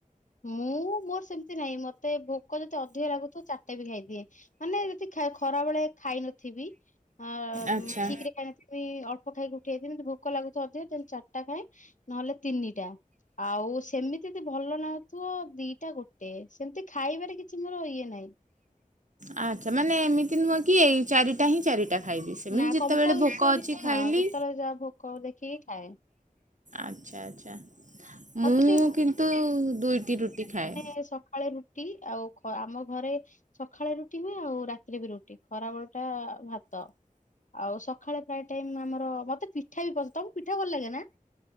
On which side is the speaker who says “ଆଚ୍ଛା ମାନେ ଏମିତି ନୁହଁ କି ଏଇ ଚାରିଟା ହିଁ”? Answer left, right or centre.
Right